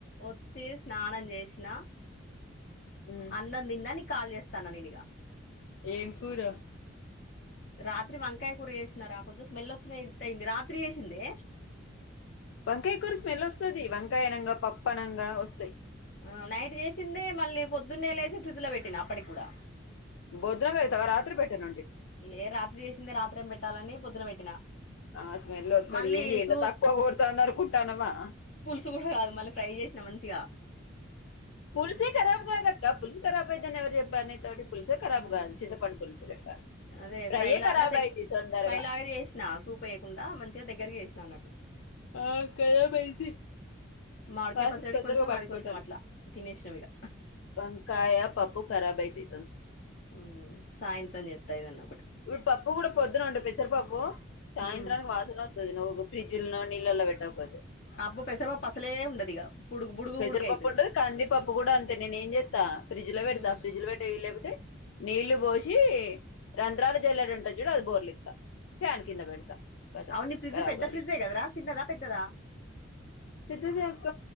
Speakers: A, on the left; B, on the left.
A: వచ్చి స్నానం చేసిన
B: ఉమ్
A: అన్నం తిన్న నీకు కాల్ చేస్తా త ననిగా
B: ఏం కూర
A: రాత్రి వంకాయ కూర చేసినరా కొంచెం స్మెల్ వచ్చినట్టు అయింది రాత్రి జేసిందే
B: వంకాయ కూర స్మెల్ వస్తది వంకాయ అనంగా పప్పు అనంగా వస్తాయి
A: ఆ నైట్ చేసిందే మళ్ళీ పొద్దున్నే లేచి ఫ్రిడ్జ్ లో పెట్టినా అప్పటికి కూడా
B: బోధిన పెడతావా రాత్రి పెట్టన
A: ఏ రాత్రి చేసింది రాత్రేం పెట్టాలని పొద్దున పెట్టినా
B: ఆ స్మెల్ వత్తది
A: మళ్ళీ
B: ఏంది ఏండ
A: సూప్
B: తక్కువ కొడుతోంది అనుకుంటున్నావా
A: పులుసు కూడ కాదు మళ్ళీ ఫ్రై చేసిన మంచిగా
B: పూల్స్ ఖరబ్ కాదక్క పుల్సు ఖరాబ్ అయ్యిదని ఎవరు చెప్పరు నితోటి పుల్స్ ఏ ఖరాబ్
A: ఉమ్
B: కాదు చింతపండు పులుసు లెక్క
A: అదే
B: ఫ్రైయే
A: ఫ్రై లాగా
B: ఖరాబ్
A: దెగ్
B: అయిద్ది తొందరగా
A: ఫ్రై లాగా చేసినా సూప్ వేయకుండా మంచిగా దగ్గరకి చేసిన నన్నట్టు
B: ఆ కయాభైది
A: మామిడికాయ
B: వాసన
A: పచ్చడి
B: తొందరగా
A: కొంచెం
B: పట్టుకుంటాది
A: అది కొంచెం అట్లా తినేసినాం ఇక
B: వంకాయ పప్పు ఖరాబ్ అయిది
A: ఉమ్ సాయంత్రం చేత ఏదన్నా
B: ఇప్పుడు పప్పు కూడా పొద్దున వొండు పెసర పప్పు సాయంత్రానికి
A: ఉమ్
B: వాసన వత్తది నువ్వు ఫ్రిడ్జిల్ల నీల్లలా పెట్టక పోతే
A: అబ్బో పెసరపప్పు అసలే ఉండదు ఇక బుడుగు బుడుగు
B: పెసరపప్పు
A: బుడుగు అయితది
B: ఉంటది కందిపప్పు కూడా అంతే నేను ఏం చేత అ ఫ్రిడ్జిలో పెడత
A: ఉమ్
B: ఫ్రిడ్జ్లో పెట్టే వీలులేకపోతె నీళ్లు బోసి రంధ్రాలు జల్లెడు ఉంటాది చూడు అది బోర్లిస్తా ఫ్యాన్ కింద పెడతా కతం
A: అవును ని ఫ్రిజ్
B: ఖరాబ్
A: పెద్ద
B: కాదు
A: ఫ్రిడ్జ్ గదరా చిన్నదా పెద్దదా
B: పెద్దదె అక్క